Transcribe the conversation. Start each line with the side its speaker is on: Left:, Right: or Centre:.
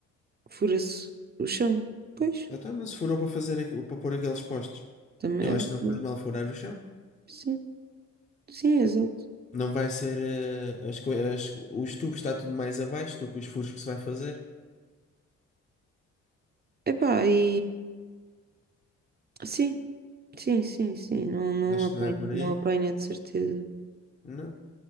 Right: Fura-se o chão. Pois,
Left: Então não se furou para fazer, aqu- para pôr aqueles postes.
Right: também
Left: Eu
Right: é
Left: acho que não
Right: verdade.
Left: faz mal furar o chão.
Right: Sim, sim, exato.
Left: Não vai ser, eh, as, coi- as- os tubos está tudo mais abaixo do que os furos que se vai fazer.
Right: Epá, e sim, sim, sim, sim. Não, não
Left: Acho
Right: apanha,
Left: que não é por
Right: não
Left: aí.
Right: apanha de certeza.
Left: Não.